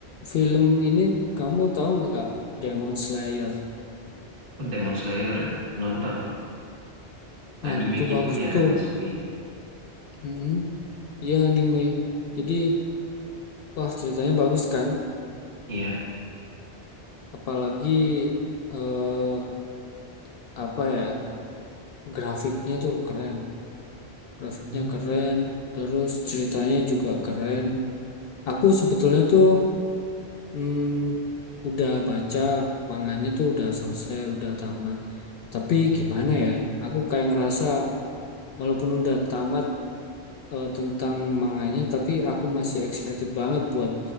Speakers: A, on the left; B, on the right.
A: film ini kamu tahu nggak Demon Slayer?
B: Oh, Demon Slayer ya, nonton kok. Anime
A: Ah, itu
B: gitu
A: bagus
B: ya
A: tuh.
B: Mas Dwi.
A: Mm-mm. Iya anime. Jadi, wah ceritanya bagus kan?
B: Iya.
A: Apalagi eh apa ya? Grafiknya tuh keren. Grafiknya
B: Hmm.
A: keren, terus ceritanya juga keren. Aku sebetulnya tuh Hmm, udah baca manganya tuh udah selesai, udah tamat. Tapi gimana ya? Aku kayak ngerasa walaupun udah tamat eh, tentang manganya, tapi aku masih excited banget buat